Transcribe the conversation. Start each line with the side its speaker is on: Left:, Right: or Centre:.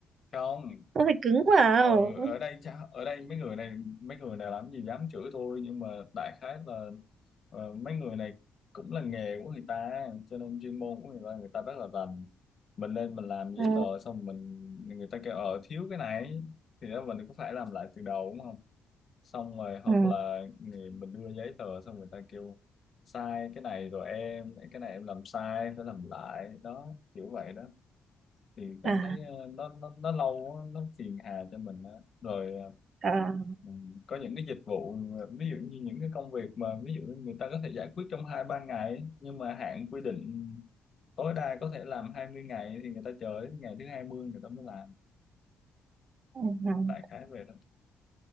Left: không
Right: ông phải cứng vào
Left: ở
Right: Ừ.
Left: ở đây cha ở đây mấy người này mấy người này làm gì dám chửi tôi nhưng mà đại khái là ờ, mấy người này cũng là nghề của người ta cho nên chuyên môn của người ta người ta rất là rành mình lên mình làm giấy
Right: Ừ,
Left: tờ xong mình người ta kêu ờ thiếu cái này thì đó mình có phải làm lại từ đầu đúng không xong rồi hoặc
Right: ừ,
Left: là người, mình đưa giấy tờ xong người ta kêu sai cái này rồi em cái này em làm sai phải làm lại đó kiểu vậy đó thì cảm
Right: à,
Left: thấy ờ, nó nó nó lâu á, nó phiền hà cho mình á. Rồi ờ,
Right: à,
Left: mình có những cái dịch vụ ờ, ví dụ như những cái công việc mà ví dụ người ta có thể giải quyết trong hai ba ngày nhưng mà hạn quy định tối đa có thể làm 20 ngày thì người ta chờ đến ngày thứ 20 người ta mới làm
Right: ừ, ừ.
Left: đại khái về đó